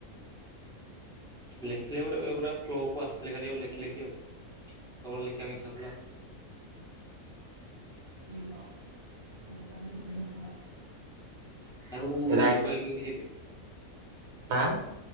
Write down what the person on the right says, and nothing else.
<inaudible> <unintelligible>
ରାଇଟ
ଆଁ